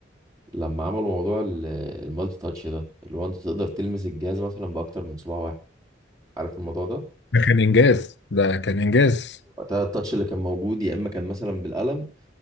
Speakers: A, on the right (about 20°); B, on the left (about 65°).
A: لما عملوا موضوع ال- المالتي تاتش ده اللي هو انت تقدر تلمس الجهاز مثلا باكتر من صباع واحد عارف الموضوع ده
B: ده كان انجاز ده كان انجاز
A: وقتها التاتش اللي كان موجود يا اما كان مثلا بالقلم